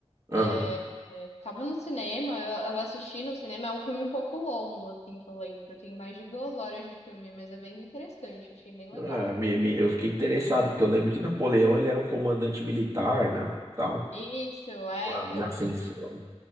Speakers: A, on the right; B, on the left.
A: Aham.
B: É, é, tava no cinema, eu, eu assisti no cinema, é um filme um pouco longo, assim, que eu lembro. Tem mais de duas horas de filme, mas é bem interessante, achei bem legal.
A: Ah, me- me- eu fiquei interessado, porque eu lembro que Napoleão ele era um comandante militar, né? Tal,
B: Isso, é,
A: uma-
B: então.
A: na ascensão.